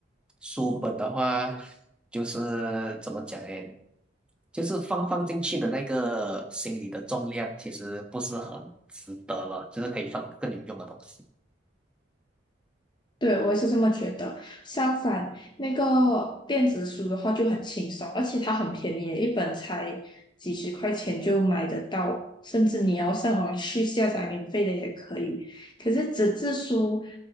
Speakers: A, in the centre; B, on the left.
A: 书本的话就是怎么讲呢？就是放放进去的那个行李的重量其实不是很值得了，就是可以放更有用的东西。
B: 对，我也是这么觉得。相反，那个电子书的话就很轻松，而且它很便宜，一本才几十块钱就买得到，甚至你要上网去下载免费的也可以。可是纸质书，